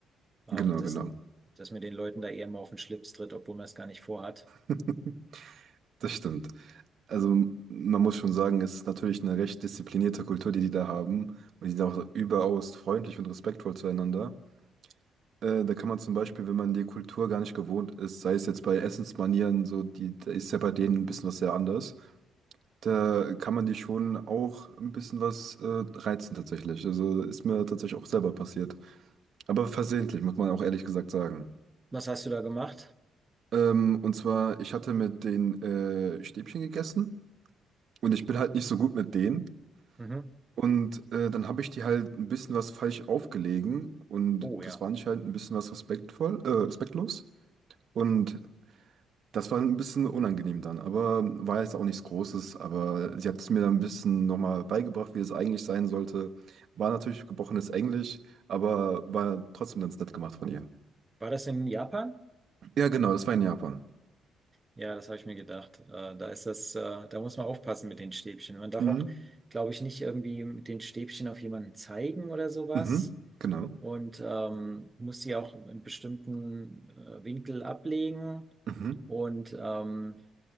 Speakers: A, on the right (about 20°); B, on the right (about 60°).
A: ähm,
B: Genau,
A: dass,
B: genau.
A: dass man den Leuten da eher mal auf den Schlips tritt, obwohl man es gar nicht vorhat.
B: <laughs> Das stimmt. Also man muss schon sagen, es ist natürlich eine recht disziplinierte Kultur, die die da haben. Und die sind auch überaus freundlich und respektvoll zueinander. Äh, da kann man zum Beispiel, wenn man die Kultur gar nicht gewohnt ist, sei es jetzt bei Essensmanieren, so, die, da ist ja bei denen ein bisschen was sehr anders. Da kann man die schon auch ein bisschen was äh, reizen tatsächlich. Also ist mir tatsächlich auch selber passiert. Aber versehentlich, muss man auch ehrlich gesagt sagen.
A: Was hast du da gemacht?
B: Ähm, und zwar, ich hatte mit den äh, Stäbchen gegessen und ich bin halt nicht so gut mit denen.
A: Mhm.
B: Und äh, dann habe ich die halt ein bisschen was falsch aufgelegen und
A: Oh
B: das
A: ja.
B: war anscheinend ein bisschen was respektvoll, äh, respektlos. Und Das war ein bisschen unangenehm dann, aber war jetzt auch nichts Großes. Aber sie hat es mir dann ein bisschen nochmal beigebracht, wie es eigentlich sein sollte. War natürlich gebrochenes Englisch, aber war trotzdem ganz nett gemacht von ihr.
A: War das in Japan?
B: Ja, genau, das war in Japan.
A: Ja, das habe ich mir gedacht. Äh, da ist das, äh, da muss man aufpassen mit den Stäbchen. Man darf
B: Mhm.
A: auch, glaube ich, nicht irgendwie mit den Stäbchen auf jemanden zeigen oder sowas.
B: Mhm. Genau.
A: Und ähm, muss die auch in einem bestimmten äh, Winkel ablegen.
B: Mhm.
A: Und ähm,